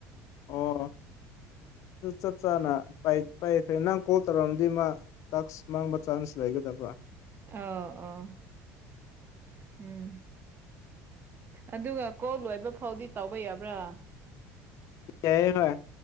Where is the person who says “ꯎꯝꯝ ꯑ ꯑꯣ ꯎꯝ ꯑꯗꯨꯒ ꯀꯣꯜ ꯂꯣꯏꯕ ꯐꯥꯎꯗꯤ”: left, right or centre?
Right